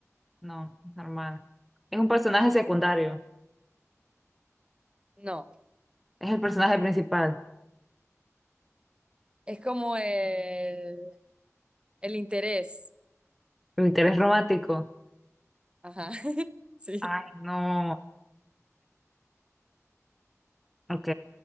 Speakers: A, in the centre; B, on the right.
A: No, normal. Es un personaje secundario.
B: no.
A: Es el personaje principal.
B: Es como el, el interés.
A: El interés romántico.
B: Ajá. <laughs> Sí.
A: Ay, no. Ok.